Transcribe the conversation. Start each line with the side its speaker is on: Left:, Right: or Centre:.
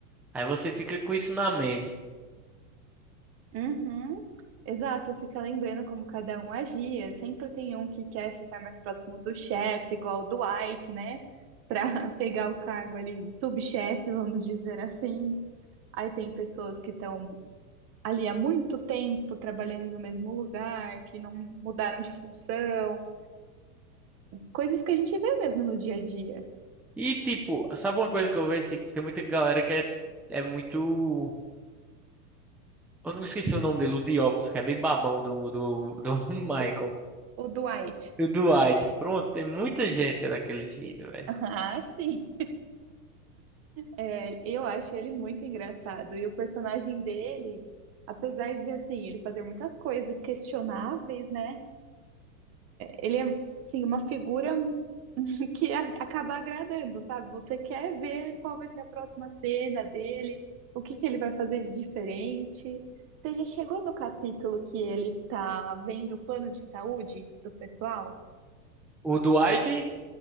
Centre: Aí você fica com isso na mente.
Right: Uhum. Exato, você fica lembrando como cada um agia. Sempre tem um que quer ficar mais próximo do chefe, igual o Dwight, né? Para <laughs> pegar o cargo ali de subchefe, vamos dizer assim. Aí tem pessoas que estão ali há muito tempo trabalhando no mesmo lugar, que não mudaram de função. Coisas que a gente vê mesmo no dia a dia.
Centre: E tipo, sabe uma coisa que eu vejo? Tipo, tem muita galera que é, é muito. Eu não esqueci o nome dele, o de óculos, que é bem babão do, do, do <laughs> Michael.
Right: O, o Dwight. <laughs>
Centre: E o Dwight. Pronto, tem muita gente que é daquele jeito, velho.
Right: Ah, sim. É, eu acho ele muito engraçado. E o personagem dele, apesar de assim, ele fazer muitas coisas questionáveis, né? Ele é assim, uma figura <laughs> que a- acaba agradando, sabe? Você quer ver qual vai ser a próxima cena dele, o que que ele vai fazer de diferente. Você já chegou no capítulo que ele tá vendo o plano de saúde do pessoal?
Centre: O Dwight,